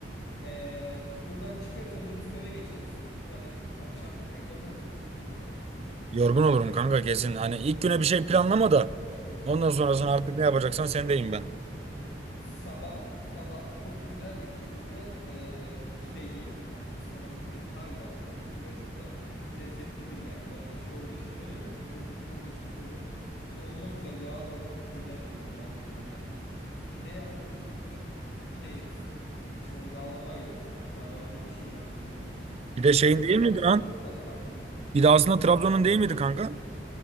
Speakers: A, on the left; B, on the right.
A: Ee, buradan çıkarız. Önce bizim eve geçeriz. Zaten akşam direkt yatarız yani. Sen yorgun olursun yani.
B: Yorgun olurum kanka kesin. Hani ilk güne bir şey planlama da. Ondan sonrasını
A: <laughs>
B: artık ne yapacaksan sendeyim ben.
A: Sabah sabah çok güzel bir şekilde e, bir pide yiyelim kanka. Bizim oranın pidesi harbiden çok meşhur ve çok da lezzetlidir yani. Ben meşhur olduğu için söylemiyorum. Çok lezzetli olduğu için söylüyorum. İnanılmaz güzel. Yağ da onun köyden geliyor. Doğal geliyor yani. Pide yaptırırız bir güzel. Pide yeriz. İşte o yağlama yeriz. Yağlama diye bir şey var bizim orada.
B: Bir
A: Muhtemelen
B: de şeyin
A: sizde
B: değil
A: de
B: miydi
A: vardı
B: lan?
A: da adı, adı farklıdır.
B: Bir de aslında Trabzon'un değil miydi kanka?